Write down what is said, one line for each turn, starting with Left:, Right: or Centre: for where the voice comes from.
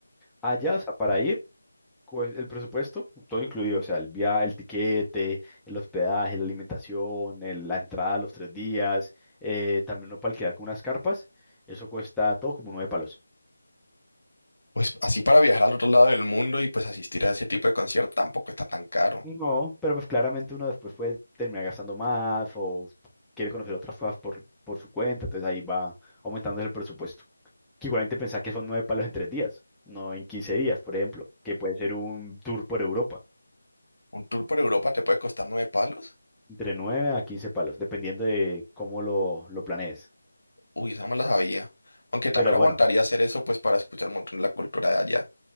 Centre: a allá, o sea, para ir, pues, el presupuesto, todo incluido, o sea, el viaje, el tiquete, el hospedaje, la alimentación, el- la entrada a los tres días, eh, también uno para alquilar con unas carpas, eso cuesta todo como nueve palos.
Left: Pues así para viajar al otro lado del mundo y pues asistir a ese tipo de concierto tampoco está tan caro.
Centre: No, pero pues claramente uno después puede terminar gastando más o quiere conocer otras cosas por, por su cuenta, entonces ahí va aumentando el presupuesto. que igualmente pensar que son nueve palos en tres días, no en 15 días, por ejemplo, que puede ser un tour por Europa,
Left: Un tour por Europa te puede costar nueve palos.
Centre: entre nueve a 15 palos, dependiendo de cómo lo, lo planees.
Left: Uy, esa no me la sabía. Aunque también
Centre: Pero
Left: aguantaría
Centre: bueno,
Left: hacer eso, pues para escuchar un montón de la cultura de allá.